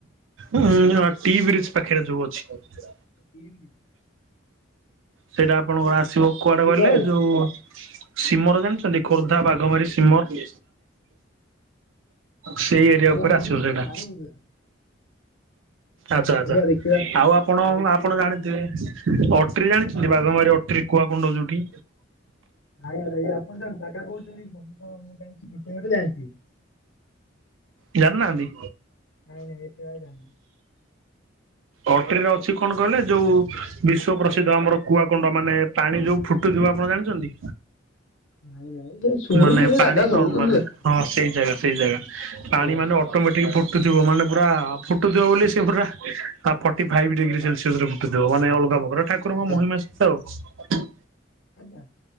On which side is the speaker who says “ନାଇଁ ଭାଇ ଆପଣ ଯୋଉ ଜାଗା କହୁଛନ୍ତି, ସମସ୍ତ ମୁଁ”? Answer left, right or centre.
Left